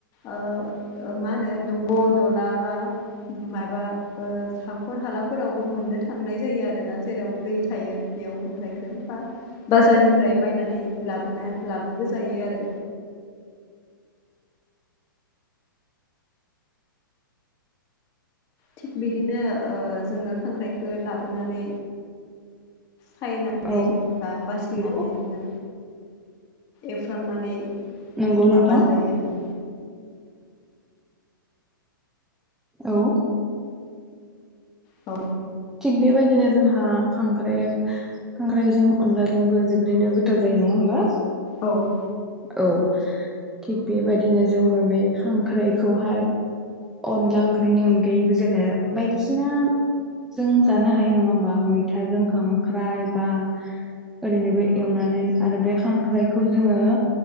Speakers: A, on the left (about 30°); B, in the centre.
A: ओ मा होनो दंग' दला बा माबा हाखर हालाफोरावबो मोननो थांनाय जायो आरोना जेराव दै थायो बेयाव खांख्राइखौ बा बाजारनिफ्राय बायनानै लाबोना लाबोबो जायो आरो थिग बिदिनो जोङो खांख्रायखौ लाबोनानै सायनानै
B: औ
A: बा बासिनानै
B: नंगौ
A: जोङो एवफ्रामनानै
B: नंगौ नोंथां
A: माबा जायो आरो
B: औ अं
A: औ
B: थिग बेबायदिनो जोंहा खांख्राराइ खांख्राइजों अनलाजोंबो जोबोरैनो गोथाव जायो नङा होनोमबा
A: औ।
B: औ थिग बेबायदिनो जोङो बे खांख्राइखौहाय अनला ओंख्रिनि अनगायैबो जोङो बायदिसिना जों जानो हायो नङा हबा मैथाजों खांख्राइ बा ओरैनोबो एवनानै आरो बे खांख्रायखौ जोङो